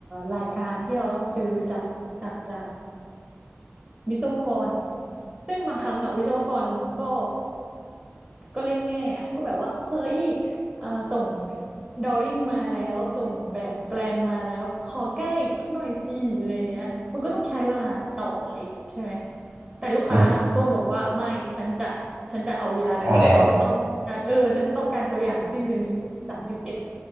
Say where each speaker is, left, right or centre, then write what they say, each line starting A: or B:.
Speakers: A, on the right; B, on the right.
A: รายการที่เราต้องซื้อจากจากจากวิศวกรซึ่งบางครั้งอะวิศวกรก็ ก็เล่นแง่อะก็แบบว่าเฮ้ยเอ่อส่งดรอยิ่งมาแล้วส่งแบบแปลนมาแล้วขอแก้อีกสักหน่อยสิอะไรอย่างเงี้ยมันก็ต้องใช้เวลาต่ออีกใช่ไหมแต่ลูกค้าก็บอกว่าไม่ฉันจะฉันจะเอาเวลาเดิมฉันจะต้องการเออฉันต้องการตัวอย่างสิ้นเดือนนี้สามสิบเอ็ด
B: อ่ะเอาแล้ว